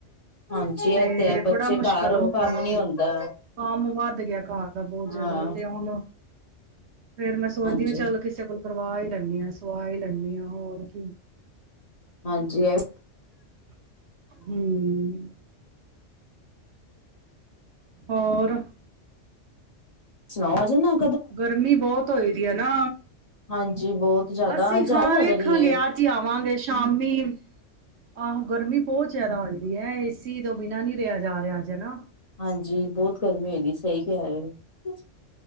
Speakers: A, on the left; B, on the right.
A: ਹਾਂਜੀ ਇਹ
B: ਤੇ
A: ਹੈ ਬੱਚੇ
B: ਬੜਾ ਮੁਸ਼ਕਿਲ
A: ਘਰ ਹੋਣ
B: ਹੋ
A: ਕੰਮ
B: ਗਿਆ ਉਹਨੂੰ
A: ਨੀ ਹੁੰਦਾ
B: ਕੰਮ ਵੱਧ ਗਿਆ ਘਰ ਦਾ ਬਹੁਤ
A: ਹਾਂ
B: ਜਿਆਦਾ ਤੇ ਹੁਣ ਫੇਰ ਮੈਂ ਸੋਚਦੀ
A: ਹਾਂਜੀ
B: ਹ ਚੱਲ ਕਿਸੇ ਕੋਲ ਪਰਵਾਹ ਹੀ ਲੈਂਦੇ ਹਾਂਂ ਸਵਾ ਹੀ ਲੈਂਦੀ ਆਂ ਹੋਰ ਕੀ
A: ਹਾਂਜੀ ਇਹ
B: ਹਮ ਹੋਰ
A: ਸੁਣਾਓ ਆਜੇ ਨਾ
B: ਗਰਮੀ ਬਹੁਤ ਹੋਈ ਦੀ ਹੈ ਨਾ
A: ਹਾਂਜੀ ਬਹੁਤ ਜ਼ਿਆਦਾ
B: ਅਸੀਂ
A: ਜ਼ਿਆਦਾ
B: ਹਾਂ ਵੇਖਾਂਗੇ
A: ਲੱਗ ਰਹੀ ਏ
B: ਅਜ ਹੀ ਆਵਾਂਗੇ ਸ਼ਾਮੀ ਆਹੋ ਗਰਮੀ ਬਹੁਤ ਜਿਆਦਾ ਹੋਏ ਹੈ ਏਸੀ ਤੋਂ ਬਿਨਾ ਨੀ ਰਿਹਾ ਜਾ ਰਿਹਾ ਅੱਜ ਹਨਾ
A: ਹਾਂਜੀ ਬਹੁਤ ਗਰਮੀ ਹੋਈ ਦੀ ਸਹੀ ਕ <unintelligible>